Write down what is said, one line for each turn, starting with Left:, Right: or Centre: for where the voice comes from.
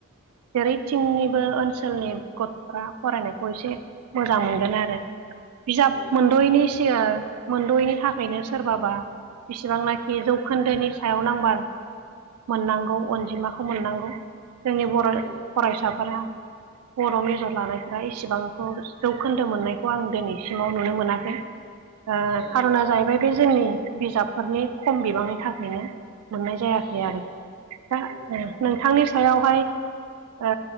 Right: जेरैथिंनिबो ओनसोलनि गथ'फ्रा फरायनायखौ एसे मोजां मोनगोन आरो बिजाब
Left: औ
Right: मोनद'यैनि सिगां मोनद'यैनि थाखायनो सोरबाबा बिसिबांनाखि जौखोन्दोनि सायाव नांबार मोननांगौ अनजिमाखौ मोननांगौ जोंनि बर'
Left: औ
Right: फरायसाफोरा। बर' मेजर लानायफोरा इसिबांखौ जौखोन्दो मोननायखौ आं दिनैसिमाव नुनो मोनाखै। ओ
Left: औ
Right: खार'ना जाहैबाय बे जोंनि बिजाबफोरनि खम बिबांनि थाखायनो मोननाय जायो। आरो
Left: औ
Right: दा
Left: औ
Right: नोंथांनि सायावहाय ओ